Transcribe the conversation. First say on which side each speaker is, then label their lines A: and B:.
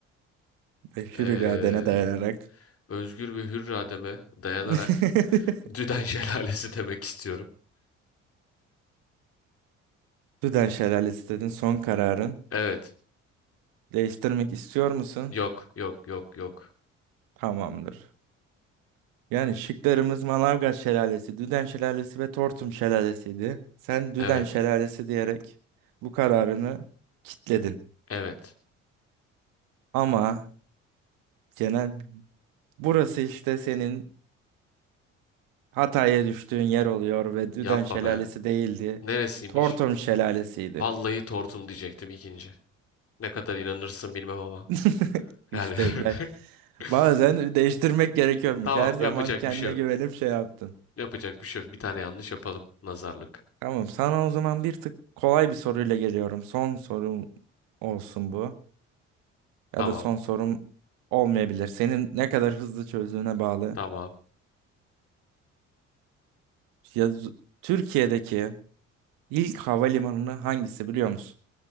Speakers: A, on the right; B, on the left.
A: Ve hür
B: eee,
A: iradene dayanarak.
B: özgür ve hür irademe dayanarak
A: <laughs>
B: Düden <laughs> Şelalesi demek istiyorum.
A: Düden Şelalesi dedin son kararın.
B: Evet.
A: Değiştirmek istiyor musun?
B: Yok, yok, yok, yok.
A: Tamamdır. Yani şıklarımız Manavgat Şelalesi, Düden Şelalesi ve Tortum Şelalesi'ydi. Sen Düden
B: Evet,
A: Şelalesi diyerek bu kararını kitledin.
B: evet.
A: Ama genel burası işte senin hataya düştüğün yer oluyor ve Düden
B: Yapma
A: Şelalesi
B: be.
A: değildi.
B: Neresiymiş?
A: Tortum Şelalesi'ydi.
B: Vallahi tortum diyecektim ikinci. Ne kadar inanırsın bilmem ama.
A: <laughs>
B: Yani
A: İşte ben
B: <laughs>
A: bazen değiştirmek gerekiyormuş.
B: tamam
A: Her zaman
B: yapacak
A: kendine
B: bir şey yok.
A: güvenip şey yaptın.
B: Yapacak bir şey yok. Bir tane yanlış yapalım. Nazarlık.
A: Tamam, sana o zaman bir tık kolay bir soruyla geliyorum. Son sorum olsun bu. Ya
B: Tamam,
A: da son sorum olmayabilir. Senin ne kadar hızlı çözdüğüne bağlı.
B: tamam.
A: Ya, z- Türkiye'deki ilk havalimanını hangisi biliyor musun?